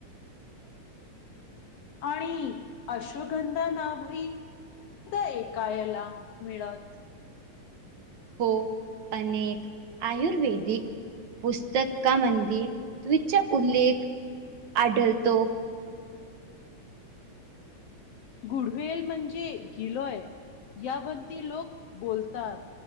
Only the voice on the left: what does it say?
आणि अश्वगंधा नावही हे ऐकायला मिळत.
गुडवेल म्हणजे गिलोय यावरती लोक बोलतात?